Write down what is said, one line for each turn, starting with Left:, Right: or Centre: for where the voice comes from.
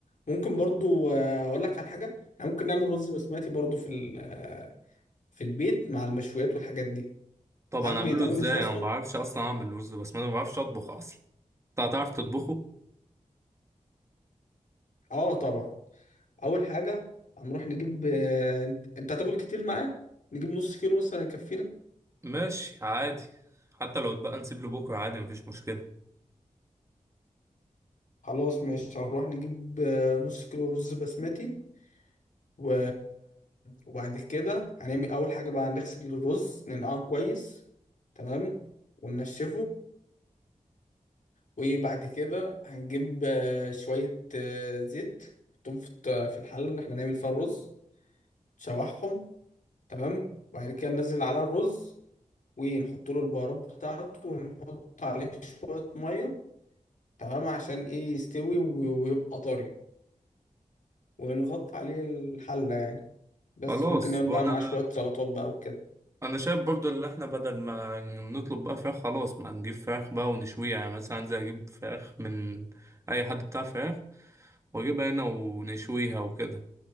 Left: ممكن برضو آه، اقول لك على حاجه احنا ممكن نعمل رز بسمتي برضو في ال- آه، في البيت مع المشويات والحاجات دي
Right: طبعا
Left: عارف
Right: اعمله
Left: بيتعمل
Right: ازاي
Left: ازاي اصلا
Right: انا ما بعرفش اصلا اعمل رز بس ما انا ما بعرفش اطبخ اصلا انت هتعرف تطبخه
Left: اه طبعا اول حاجه هنروح نجيب آه، انت أنت هتاكل كتير معايا نجيب نص كيلو مثلا يكفينا
Right: ماشي عادي حتى لو اتبقى نسيب له بكره عادي مفيش مشكله
Left: خلاص ماشي هنروح نجيب آه، نص كيلو رز بسمتي و... وبعد كده هنعمل اول حاجه بقى هنغسل الرز ننقعه كويس تمام وننشفه وبعد كده هنجيب آه، شوية آه، زيت نحطهم في الت- في الحلة اللي احنا هنعمل فيها الرز نشوحهم تمام وبعد كده ننزل على الرز ونحط له البهارات بتاعته ونحط عليه شوية مية تمام عشان ايه يستوي و- ويبقى طري ونغطي عليه الحلة يعني بس
Right: خلاص
Left: ممكن نعمل
Right: وانا
Left: بقى معاه شوية سلطات بقى وكده
Right: انا شايف برضو ان احنا بدل ما نطلب بقى فراخ خلاص ما نجيب فراخ بقى ونشويها يعني مثلا انزل اجيب فراخ من اي حد بتاع فراخ واجيبها هنا ونشويها وكده